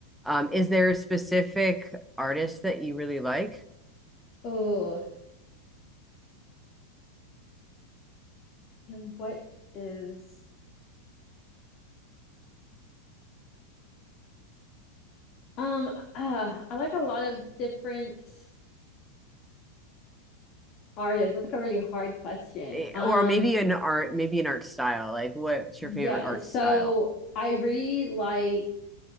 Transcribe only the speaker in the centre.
Um, is there a specific artist that you really like,
Eh,
or maybe an art, maybe an art style? Like, what's
your favorite art
style?